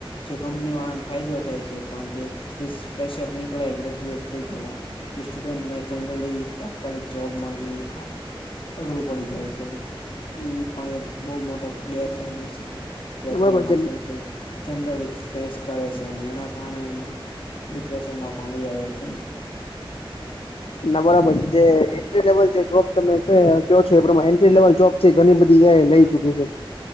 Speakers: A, on the left; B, on the left.
A: જે કંપની વાળાન ફાયદો થાય છે પણ જે જિસ ફેશર નીકળે ગ્રેજ્યુએટ થઈ ગેલા ઈ સ્ટુડન્ટને જનરલી તાત્કાલિક જોબ મળવી આ અઘરું પડી જાય છે ઈ પણ એક બહું મોટો ગેરફાયદો છે. જેટ
B: બરાબર
A: કેરના
B: છે
A: ફ્રેશે જનરલી ફેસ કરે છે અને એના કારણે એને ડિપ્રેશનમાં પણ વયા જાય છે.
B: ના બરાબર છે જે એન્ટ્રી લેવલ જે જોબ તમે કેહ કહો છો એ પ્રમા એન્ટ્રી લેવલ જોબ જે ઘની બધી એઆઈ લઈ ચુકી છે